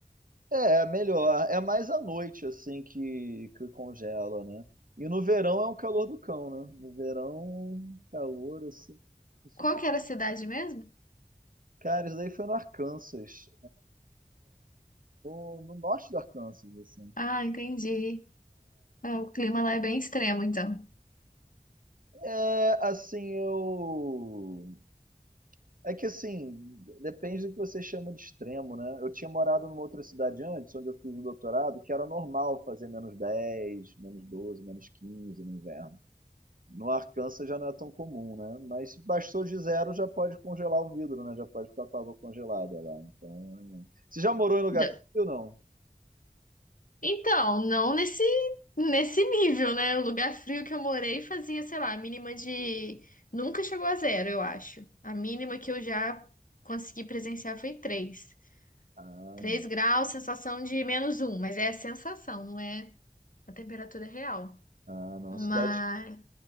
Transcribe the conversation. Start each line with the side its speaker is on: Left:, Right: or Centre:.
Right: É, é melhor. É mais à noite, assim, que, que congela, né? E no verão é um calor do cão, né? No verão, calor, assim. insuportável.
Left: Qual que era a cidade mesmo?
Right: Cara, isso daí foi no Arkansas. no, no norte do Arkansas, assim.
Left: Ah, entendi. Ah, o clima lá é bem extremo, então.
Right: É, é, assim, eu. É que assim, depende do que você chama de extremo, né? Eu tinha morado numa outra cidade antes, onde eu fiz o doutorado, que era normal fazer menos 10 menos 12 menos 15 no inverno. No Arkansas já não é tão comum, né? Mas se bastou de zero, já pode congelar o vidro, né? Já pode ficar com a água congelada lá. Então, é... você já morou em lugar
Left: Já-
Right: frio ou não?
Left: Então, não nesse nesse nível, né? O lugar frio que eu morei fazia, sei lá, a mínima de nunca chegou a zero, eu acho. A mínima que eu já consegui presenciar foi três,
Right: Ah,
Left: três
Right: não.
Left: graus, sensação de menos um, mas é a sensação, não é a temperatura real.
Right: Ah, não.
Left: Mas
Right: A cidade.